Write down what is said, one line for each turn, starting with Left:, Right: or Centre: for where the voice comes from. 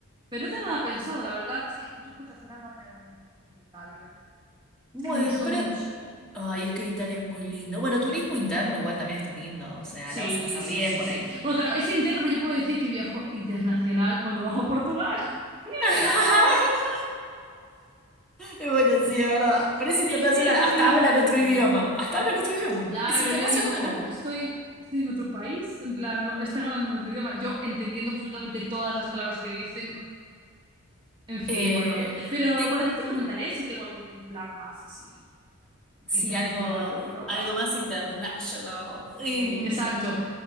Right: Pero no tengo nada pensado, la verdad. Es que yo creo que al final va a caer algún viajecillo a Italia, ¿eh?
Centre: bueno,
Right: Es que me gustó
Centre: pero...
Right: mucho.
Centre: Ay, es que Italia es muy lindo. Bueno, turismo interno igual también está lindo. O sea,
Right: Sí,
Centre: la vas a pasar
Right: sí,
Centre: bien
Right: sí,
Centre: por
Right: sí.
Centre: ahí.
Right: Bueno, claro, es interno, pero yo puedo decir que viajo internacional cuando bajo a Portugal. <laughs> Me
Centre: <laughs>
Right: queda una hora.
Centre: Y Bueno, sí, es verdad. Pero es internacional.
Right: Es terrible.
Centre: Hasta hablan otro idioma. Hasta hablan otro idioma.
Right: Claro,
Centre: ¿Es internacional
Right: yo digo,
Centre: o no?
Right: oh, estoy, estoy en otro país, en plan, no, están hablando en otro idioma. Yo entendiendo absolutamente todas las palabras que dicen, bueno, En fin,
Centre: Eh,
Right: bueno. Pero
Centre: tengo,
Right: bueno, yo te comentaré si tengo algún plan más así, así
Centre: sí,
Right: internacional
Centre: algo,
Right: por Europa.
Centre: algo más international. Em,
Right: Sí, exacto.